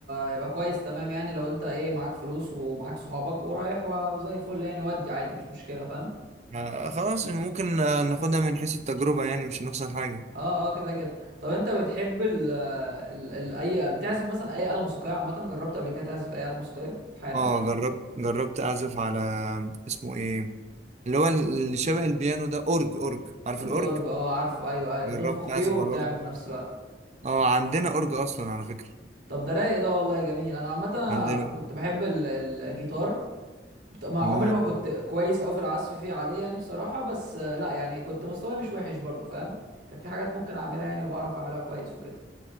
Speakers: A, on the right; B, on the right.
A: يبقى كويس تمام يعني لو انت ايه معاك فلوس ومعاك صحابك ورايح و- وزي الفل يعني ودي عادي مش مشكلة فاهم
B: آه خلاص ممكن آه، ناخدها من حيث التجربة يعني مش هنخسر حاجة
A: اه اه كده كده طب انت بتحب ال ال ال اي بتعزف مثلا اي آلة موسيقية عامة جربت قبل كده تعزف اي آلة موسيقية في حياتك
B: اه جربت جربت اعزف على اسمه ايه اللي هو اللي شبه البيانو ده اورج اورج عارف
A: الأورج
B: الاورج
A: اه عارفه ايوه ايوه
B: جربت
A: بتنفخ فيه
B: اعزف
A: وبتعمل
B: على الاورج
A: في نفس الوقت
B: اه عندنا اورج اصلا على فكرة
A: طب ده رايق ده والله جميل انا عامه أنا
B: عندنا
A: كنت بحب ال- الجيتار بت- ما عمري
B: امم
A: ما كنت كويس قوي في العزف فيه عليه يعني بصراحه بس آه، لا يعني كنت مستواي مش وحش برضه فاهم كانت في حاجات ممكن اعملها يعني وبعرف اعملها كويس وكده